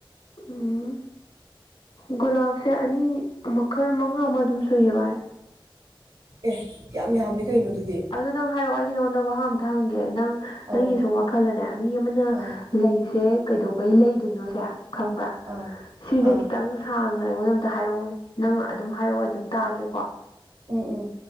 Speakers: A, on the left; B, on the right.
A: ꯎꯝ ꯒꯨꯂꯥꯞꯁꯦ ꯑꯅꯤ ꯃꯈꯜ ꯃꯉꯥ ꯃꯨꯛ ꯑꯗꯨꯝ ꯁꯨꯏꯌꯦ ꯚꯥꯏ
B: ꯑꯦ ꯌꯥꯝ ꯌꯥꯝꯃꯤ ꯀꯩꯅꯣ ꯑꯗꯨꯗꯤ
A: ꯑꯗꯨ ꯅꯪ ꯍꯥꯏꯔꯛꯑꯣ ꯑꯩꯗꯤ ꯅꯉꯣꯟꯗ ꯋꯥꯍꯪ ꯑꯝꯇ ꯍꯪꯒꯦ ꯅꯪ
B: ꯑꯧ
A: ꯅꯪꯒꯤ ꯁꯨꯝ ꯋꯥꯈꯜꯗꯅꯦ ꯃꯤ ꯑꯃꯅ
B: ꯑꯥ
A: ꯂꯩꯁꯦ ꯀꯩꯗꯧꯕꯩ ꯂꯩꯗꯣꯏꯅꯣꯁꯦ ꯈꯪꯕ꯭ꯔ
B: ꯑꯥ
A: ꯁꯤꯁꯦ
B: ꯑꯥ
A: ꯈꯤꯇꯪ ꯁꯥꯡꯅ ꯑꯩꯉꯣꯟꯗ ꯑꯝꯇ ꯍꯥꯏꯔꯛꯎꯅꯦ ꯅꯪ ꯑꯗꯨꯝ ꯍꯥꯏꯔꯛꯑꯣ ꯑꯩ ꯑꯗꯨꯝ ꯇꯥꯒꯦꯀꯣ꯫
B: ꯎꯝ ꯎꯝ